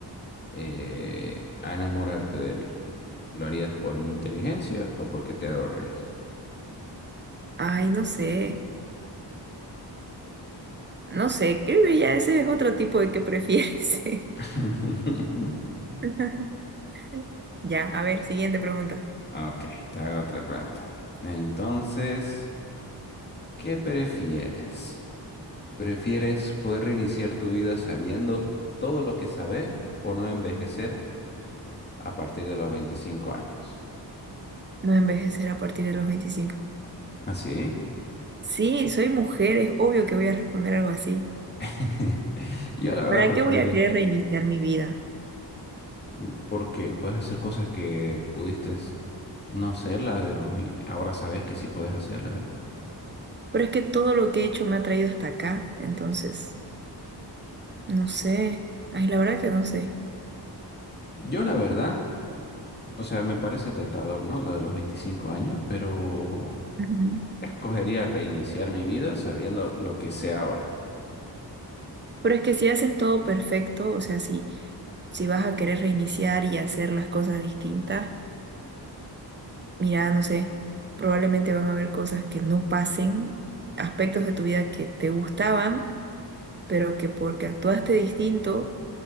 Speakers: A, on the left (about 25°); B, on the right (about 25°).
A: eh, a enamorarte de mí, ¿lo harías por mi inteligencia o porque te hago reír?
B: Ay, no sé, no sé, creo que ya ese es otro tipo de que prefieres.
A: <laughs>
B: <laughs> Ya, a ver, siguiente pregunta.
A: Ok, te hago otra pregunta. Entonces, ¿qué prefieres? ¿Prefieres poder reiniciar tu vida sabiendo todo lo que sabes o no envejecer? a partir de los veinticinco años.
B: No envejecer a partir de los 25?
A: ¿Así?
B: Sí, soy mujer, es obvio que voy a responder algo así.
A: <laughs> Yo la verdad
B: ¿Para
A: preferiría,
B: qué voy a querer reiniciar mi vida?
A: mm, porque puedes hacer cosas que pudiste no hacerlas, digamos, y ahora sabes que sí puedes hacerlas.
B: Pero es que todo lo que he hecho me ha traído hasta acá, entonces, no sé. Ay, la verdad que no sé.
A: Yo la verdad, o sea, me parece tentador, ¿no? Lo de los 25 años, pero
B: Ujú.
A: escogería reiniciar mi vida sabiendo lo que sé ahora.
B: Pero es que si haces todo perfecto, o sea, si, si vas a querer reiniciar y hacer las cosas distintas, mira, no sé, probablemente van a haber cosas que no pasen, aspectos de tu vida que te gustaban pero que porque actuaste distinto